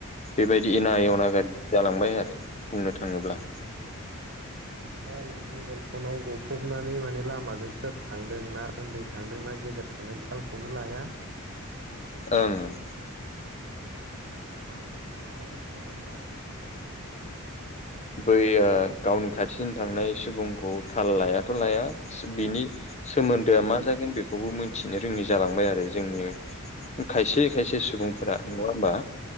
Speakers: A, on the left; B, on the right.
A: बेबायदि एनाय अनागारि जालांबाय आरो बुंनो थाङोब्ला।
B: ओमफ्राय मबाइल फनाव गफबनानै माने लामाजों सोर थांदों ना ओनदै थांदों ना गेदेर थांदों दों थालखौनो लाया।
A: ओं ओं।
B: माथो फंसेबो ह'रा
A: बै यो‌ गावनि खाथिसिजों थांनाय सुबुंखौ थाल लायाथ' लाया बिनि
B: उम
A: सोमोनदोया मा जागोन बेखौबो मिथिनो रोङि जालांबाय आरो जोंनि। खायसे खायसे सुबुंफोरा नङा होमबा